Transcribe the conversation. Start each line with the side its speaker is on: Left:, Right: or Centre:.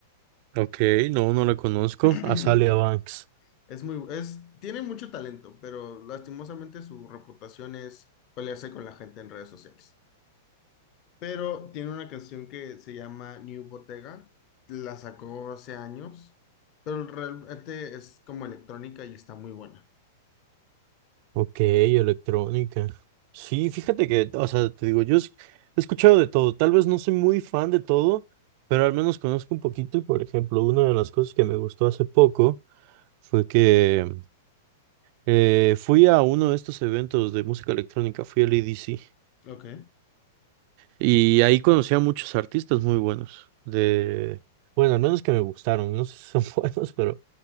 Right: Ok, no, no la conozco.
Left: <clears throat>
Right: Azalea Banks.
Left: Es muy, es, tiene mucho talento, pero lastimosamente su reputación es pelearse con la gente en redes sociales. Pero tiene una canción que se llama New Bottega, la sacó hace años, pero realmente es como electrónica y está muy buena.
Right: Ok, electrónica. Sí, fíjate que, o sea, te digo, yo es- he escuchado de todo. Tal vez no soy muy fan de todo, pero al menos conozco un poquito. Y por ejemplo, una de las cosas que me gustó hace poco fue que eh, fui a uno de estos eventos de música electrónica, fui al EDC.
Left: Ok.
Right: Y ahí conocí a muchos artistas muy buenos. De, bueno, al menos que me gustaron. No sé si son <laughs> buenos, pero